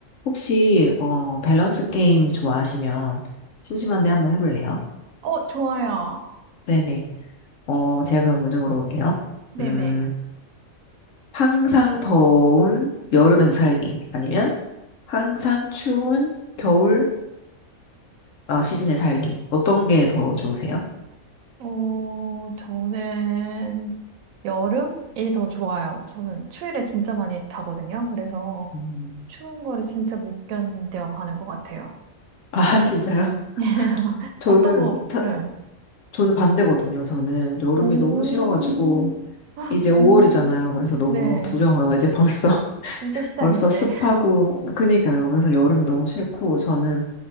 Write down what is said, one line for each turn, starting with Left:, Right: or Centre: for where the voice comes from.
Left: 혹시 어 밸런스 게임 좋아하시면 심심한데 한번 해볼래요?
Right: 어, 좋아요.
Left: 네네. 어 제가 그럼 먼저 물어볼게요.
Right: 네네.
Left: 음 항상 더운 여름에서 살기 아니면 항상 추운 겨울 아, 시즌에 살기 어떤 게 더 좋으세요?
Right: 어, 저는 여름이 더 좋아요. 저는 추위를 진짜 많이 타거든요. 그래서
Left: 음.
Right: 추운 거를 진짜 못 견뎌 하는 것 같아요.
Left: 아 <laughs> 진짜요?
Right: <laughs>
Left: 저는
Right: 어떤 거,
Left: 타-
Right: 네.
Left: 저는 반대거든요. 저는 여름이
Right: 오,
Left: 너무 싫어가지고
Right: 아,
Left: 이제 5월이잖아요.
Right: 오,
Left: 그래서 너무
Right: 네.
Left: 두려워요. 이제 벌써
Right: 이제 시작인데.
Left: 벌써 습하고,
Right: <laughs>
Left: 그니까요. 그래서 여름이 너무 싫고, 저는,